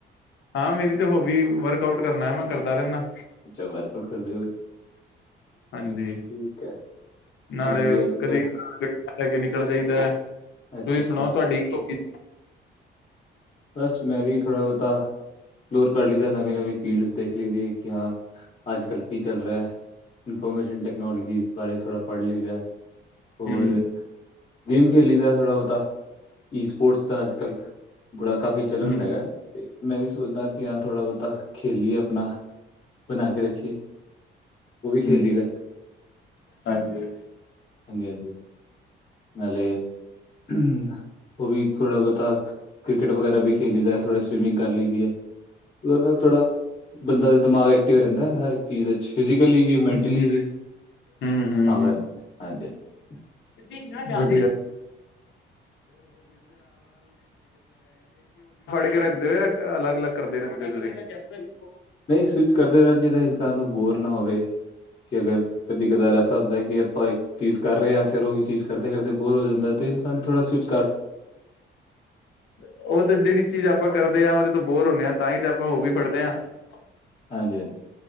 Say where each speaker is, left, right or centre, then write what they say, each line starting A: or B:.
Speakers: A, on the left (about 70°); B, on the left (about 35°).
A: ਹਾਂ ਮੇਰੀ ਤੇ ਹੋਬੀ ਵਰਕ ਆਊਟ ਕਰਨਾ ਹੈ ਮੈਂ ਕਰਦਾ ਰਹਿੰਦਾ
B: ਅੱਛਾ ਵਰਕ ਆਊਟ ਕਰਦੇ ਔ,
A: ਹਾਂਜੀ।
B: ਠੀਕ ਹੈ,
A: ਨਾਲੇ
B: ਮੈਂ ਵੀ ਅੱਜ
A: ਕਦੇ
B: ਕੱਲ੍ਹ
A: ਗੱਡੀ ਲੈ ਕੇ ਨਿਕਲ ਜਾਈਦਾ
B: ਅੱਛਾ
A: ਤੁਸੀਂ
B: ਅੱਛਾ
A: ਸੁਣਾਓ ਤੁਹਾਡੀ ਕੀ ਉਮਰ?
B: ਬਸ ਮੈਂ ਵੀ ਥੋੜਾ ਬਹੁਤਾ ਐਪਲੋਰ ਕਰ ਲਦਾ ਨਵੀਂ ਨਵੀਂ ਫੀਲਡਸ ਦੇਖ ਲਈ ਕਿ, ਹਾਂ ਅੱਜ-ਕੱਲ ਕੀ ਚੱਲ ਰਿਹਾ ਹੈ ਇਨਫੋਰਮੇਸ਼ਨ ਟੈਕਨੋਲੋਜੀ ਇਸ ਦੇ ਬਾਰੇ ਥੋੜ੍ਹਾ ਪੜ੍ਹੀ ਲਹਿ ਦਾ ਹੈ
A: ਹੂੰ,
B: ਹੋਰ ਗੇਮ ਖੇਲੀ ਦਾ ਥੋੜ੍ਹਾ ਬਹੁਤਾ ਕੀ ਸਪੋਰਟਸ ਦਾ ਅੱਜ-ਕੱਲ੍ਹ ਬੁੜਰਾ ਕਾਫ਼ੀ ਚੱਲਣ
A: ਹੂੰ,
B: ਹੈਗਾ ਤੇ ਮੈਂ ਵੀ ਸੋਚਦਾ ਕਿ ਹਾਂ ਥੋੜ੍ਹਾ ਬਹੁਤਾ ਖੇਲੀਏ ਆਪਣਾ ਬਣਾ ਕੇ ਰੱਖੀਏ ਉਹ ਵੀ ਖੇਲੀ
A: ਹੂੰ
B: ਦਾ
A: ਹਾਂਜੀ,
B: ਹਾਂਜੀ-ਹਾਂਜੀ, ਨਾਲੇ ਅ ਹਮ ਉਹ ਵੀ ਥੋੜਾ ਬਹੁਤਾ ਕ੍ਰਿਕਟ ਵਗੈਰਾ ਵੀ ਖੇਲੀ ਦਾ । ਥੋੜ੍ਹੇ ਸਵੀਮਿੰਗ ਕਰ ਲਈਦੀ ਹੈ । ਉਹਦੇ ਨਾਲ ਥੋੜ੍ਹਾ ਬੰਦਾ ਦਾ ਦਿਮਾਗ ਐਕਟਿਵ ਰਹਿੰਦਾ ਹਰ । ਅਦੇ ਵਿੱਚ ਫਿਜ਼ਕਲੀ ਵੀ ਮੈਂਨਟਲੀ
A: ਹੂੰ,
B: ਵੀ ।
A: ਹੂੰ, ਹੂੰ, ਹੂੰ। ਹੂੰ
B: <inaudible>
A: <unintelligible> ਫੜ ਕੇ ਰੱਖਦੇ ਹੋ ਜਾ ਅਲੱਗ ਅਲੱਗ ਕਰਦੇ ਰਹਿੰਦੇ ਹੋ ਤੁਸੀਂ ।
B: ਨਹੀਂ ਸਵਿੱਚ ਕਰਦੇ ਰਹਿਣਾ ਚਾਹੀਦਾ ਇਨਸਾਨ ਨੂੰ ਬੋਰ ਨਾ ਹੋਵੇ । ਜੈ ਅਗਰ ਕਦੀ ਕਦਾਰ ਐਸਾ ਹੁੰਦਾ ਕਿ ਆਪਾਂ ਇੱਕ ਚੀਜ਼ ਕਰ ਰਹੇ ਹਾਂ । ਫਿਰ ਉਹੀ ਚੀਜ਼ ਕਰਦੇ- ਕਰਦੇ ਬੋਰ ਹੋ ਜਾਂਦੇ ਹਾਂ । ਤੇ ਸਾਨੂੰ ਥੋੜ੍ਹਾ ਸਵਿੱਚ।
A: ਉਹ ਤੇ ਜਿਹੜੀ ਚੀਜ਼ ਆਪਾਂ ਕਰਦੇ ਹਾਂ ਉਹਦੇ ਤੋਂ ਬੋਰ ਹੁੰਦੇ ਹਾਂ । ਤਾਂਹੀ ਤੇ ਆਪਾਂ ਉਹ ਵੀ ਫੜਦੇ ਹਾਂ ਤਾਂ।
B: ਹਾਂਜੀ ਹਾਂਜੀ